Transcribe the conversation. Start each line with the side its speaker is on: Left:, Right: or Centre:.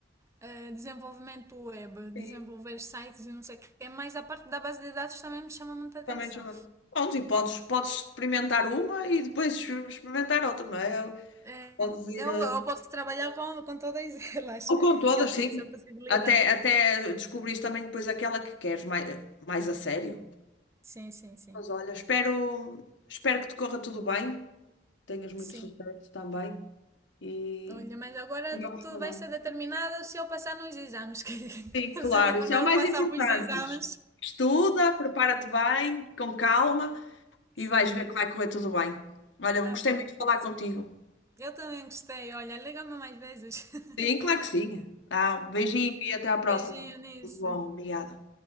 Right: eh, desenvolvimento web, desenvolver
Left: sim,
Right: sites e não sei o quê, mas a parte da base de dados também me chama muita atenção.
Left: também chamado. Pronto, e podes, podes experimentar uma e depois experimentar outra, não é?
Right: É,
Left: Podes ir,
Right: eu,
Left: eh,
Right: eu posso trabalhar com, com todas <laughs> elas,
Left: ou com todas,
Right: que eu tenho
Left: sim.
Right: essa possibilidade.
Left: Até, até descobrires também depois aquela que queres mais, mais a sério.
Right: Sim, sim, sim.
Left: Mas olha, espero, espero que te corra tudo bem, tenhas muito
Right: Sim.
Left: sucesso também e
Right: Olha, mas agora
Left: e vamos
Right: tu- tudo
Left: falando.
Right: vai ser determinado se eu passar nos exames. Que <laughs>
Left: Sim,
Right: preciso
Left: claro, isso
Right: primeiro
Left: é o mais
Right: passar
Left: importante.
Right: para os exames.
Left: Estuda, prepara-te bem, com calma e
Right: Sim.
Left: vais ver que vai correr tudo bem. Olha,
Right: Tá
Left: gostei
Right: bom,
Left: muito
Right: Eunice.
Left: de falar contigo.
Right: Eu também gostei. Olha, liga-me mais vezes. <laughs>
Left: Sim, claro que sim. Ah, beijinho e até à próxima.
Right: Beijinho, Eunice.
Left: Tudo bom, obrigada.